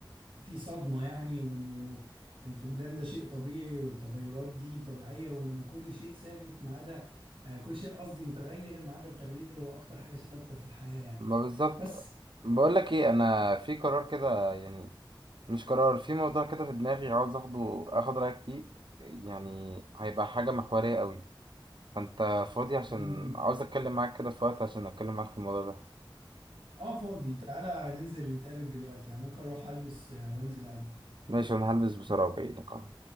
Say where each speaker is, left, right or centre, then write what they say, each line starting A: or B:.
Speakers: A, on the right; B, on the right.
A: في صدمة يعني وإنه الفقدان ده شيء طبيعي والتغيرات دي طبيعية وإنه كل شيء ثابت ما عدا آه، كل شيء قصدي متغير ما عدا التغيير هو أكتر حاجة ثابتة في الحياة يعني
B: ما بالظبط
A: بس
B: بقول لك إيه أنا في قرار كده يعني مش قرار في موضوع كده في دماغي عاوز اخده اخد رايك فيه يعني هيبقى حاجه محوريه قوي فانت فاضي عشان
A: مم.
B: عاوز اتكلم معاك كده في وقت عشان اتكلم معاك في الموضوع ده
A: آه فاضي تعالى ننزل نتقابل دلوقتي يعني ممكن أروح ألبس آه، وأنزل أقابلك
B: ماشي انا هلبس بسرعه وجاي لك اهو